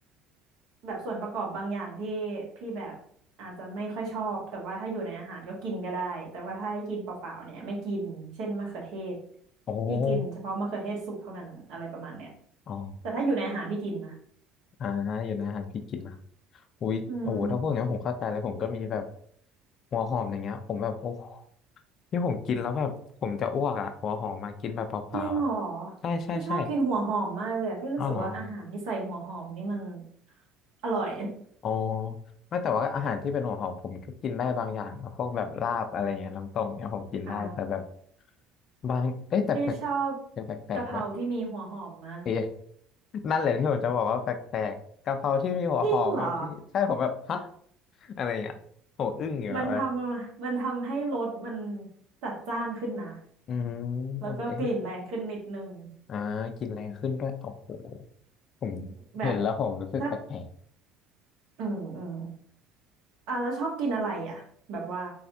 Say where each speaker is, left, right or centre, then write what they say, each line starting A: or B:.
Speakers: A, on the right; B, on the left.
A: แบบส่วนประกอบบางอย่างที่พี่แบบอาจจะไม่ค่อยชอบแต่ว่าถ้าอยู่ในอาหารก็กินก็ได้แต่ว่าถ้าให้กินเปล่าๆเนี่ยไม่กินเช่นมะเขือเทศ
B: โอ้
A: พี่กินเฉพาะมะเขือเทศสุกเท่านั้นอะไรประมาณเนี้ย
B: อ๋อ
A: แต่ถ้าอยู่ในอาหารพี่กินนะ
B: อ่าอยู่นะอาหารพี่กินนะอุ๊ยโอ้โหถ้าพูดอย่างนี้นผมเข้าใจเลยผมก็มีแบบ
A: อืม
B: หัวหอมอย่างเงี้ยผมแบบโอ้ที่ผมกินแล้วแบบผมจะอ้วกอ่ะหัวหอมมากินแบบเปล่าๆอ่ะ
A: จริงเหรอ
B: ใช่ใช่ใช่
A: พี่ชอบกินหัวหอมมากเลยอะพี่รู้สึกว่าอาหารที่ใส่หัวหอมนี่มัน
B: อ้าวเหรอ
A: อร่อย
B: อ๋อไม่แต่ว่าอาหารที่เป็นหัวหอมผมก็กินได้บางอย่างนะพวกแบบลาบอะไรเงี้ยน้ำต้มเนี่ยผมกินได้แต่แบบ
A: <laughs> อ่า
B: บางเอ้ยแต่แปลก
A: พี่ชอบ
B: จะแปลกๆด้วย
A: กะเพราที่มีหัวหอมมาก
B: เอ๊ะนั่นแหละที่ผมจะบอกว่าแปลกๆกะเพราที่มีหัวหอมอ่ะพี่ใช่ผมแบบฮะ
A: จริงเหรอ
B: อะไรเงี้ยโหอึ้งอยู่แบบ
A: มันทำมันทำให้รสมันจัดจ้านขึ้นนะ
B: อืม
A: แล้วก็กลิ่นแรงขึ้นนิดนึง
B: โอเคอ่ากินแรงขึ้นด้วยโอ้โหผม
A: แบบ
B: เห็นแล้วผมรู้สึกแปลก
A: ถ้าอืมอืมอ่ะแล้วชอบกินอะไรอ่ะแบบว่า